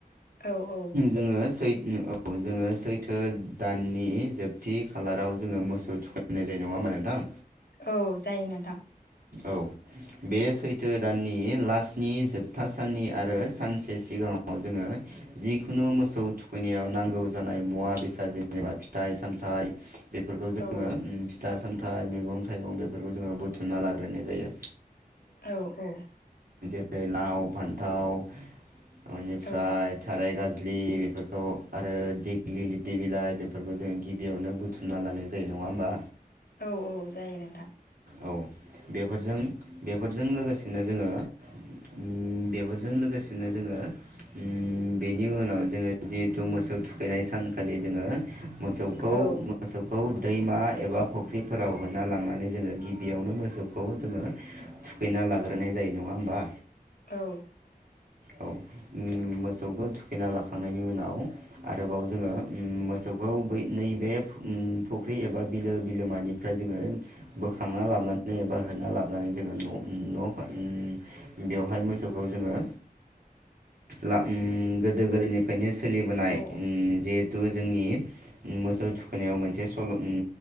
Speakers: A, on the left (about 80°); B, on the right (about 70°).
A: औ औ
B: जोङो सै उम औ जोङो सैथ ओ दाननि जोबथि खालाराव जोङो मोसौ थुखायनाय जायो नङा होमबा नोंथां?
A: औ जायो नोंथां
B: औ बे सैथो दाननि लासनि जोबथा साननि आरो सानसे सिगाङाव जोङो जिखुनु मोसौ थुखैनायाव नांगौ जानाय मुवा बेसाद फिथाइ -सामथाइ बेफोरखौ जोङो
A: औ
B: फिथा सामथाइ मैगं -थाइगं बेफोरखौ जोङो बुथुमना लाग्रोनाय जायो।
A: औ औ
B: ओ लाव फान्थाव इनिफ्राय
A: औ
B: थाराय गाज लि बेफोरखौ आरो दिगलिलि दि बिलाइ बेफोरखौ जों गिबियावनो बुथुमना लानाय जायो नङा होमबा?
A: औ औ जायो नोंथां।
B: औ बेफोरजों बेफोरजों लोगोसेनो जोङो उम बेफोरजों लोगोसेनो जोङो उम बेनि उनाव जोङो जिहेथु मोसौ थुखैनाय सानखालि जोङो मोसौखौ
A: औ
B: मोसौखौ दैमा एबा फुख्रिफोराव होना लांनानै जोङो गिबियावनो मोसौखौ जोङो थुखैना लाग्रोनाय जायो नङा होमबा?
A: औ।
B: औ, उम मोसौखौ थुखैना लाखांनायनि उनाव आरोबाव जोङो उम मोसौ खौ बै नैबे फु उम फुख्रि एबा बिलो बिलोमानिफ्राय जोङो बोखांना लाबनानै एबा होना लाबनानै जोङो न' उम नङा होमबा उम बेवहाय मोसौखौ जोङो ला उम गोदो गोदायनिफ्रायनो सोलिबोनाय
A: औ
B: उम जिहेथु जोंनि उम मोसौ थुखैनायाव मोनसे सल' उम